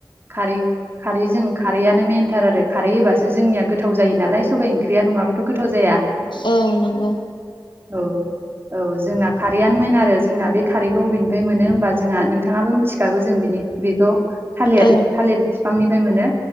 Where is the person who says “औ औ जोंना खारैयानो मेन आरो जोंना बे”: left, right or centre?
Right